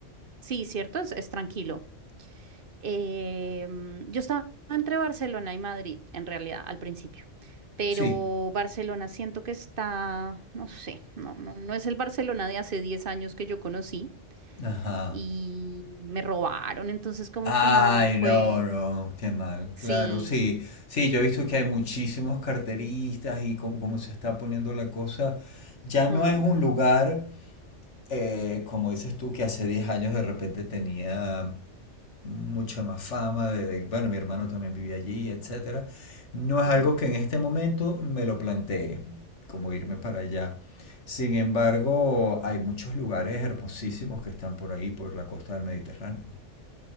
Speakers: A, on the right; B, on the left.
A: sí, cierto, es, es tranquilo. Eh, mm, yo estaba entre Barcelona y Madrid, en realidad, al principio. Pero
B: Sí.
A: Barcelona siento que está, no sé, no, no, no es el Barcelona de hace 10 años que yo conocí
B: Ajá.
A: y me robaron, entonces como
B: Ay,
A: que no fue,
B: no, no, qué mal. Claro,
A: sí.
B: sí. Sí, yo he visto que hay muchísimos carteristas y como, como se está poniendo la cosa, ya
A: ujú,
B: no es un lugar, eh, como dices tú, que hace 10 años de repente tenía mucha más fama, de, de- bueno, mi hermano también vivía allí, etcétera. No es
A: ujú.
B: algo que en este momento me lo planteé, como irme para allá. Sin embargo, hay muchos lugares hermosísimos que están por ahí, por la costa del Mediterráneo.